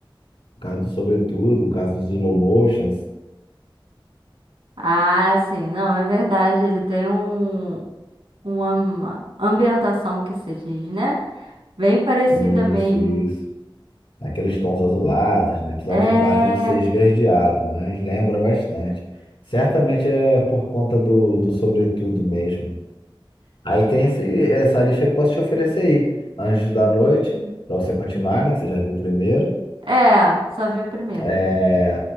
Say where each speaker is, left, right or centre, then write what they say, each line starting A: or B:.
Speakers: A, on the left; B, on the right.
A: O caso do Sobretudo, o caso dos slow motions,
B: Ah, sim, não, é verdade. Ele tem um, uma ambientação que se diz, né? Bem parecida
A: isso,
B: mesmo.
A: isso. Aqueles tons azulados, né? Apesar
B: É,
A: de Matrix ser esverdeado, mas lembra bastante. Certamente é por conta do, do Sobretudo mesmo. Aí tem esse, essa lista que eu posso te oferecer aí. Anjos da Noite, pra você continuar, né? Que você já viu o primeiro.
B: é, só vi o primeiro.
A: É,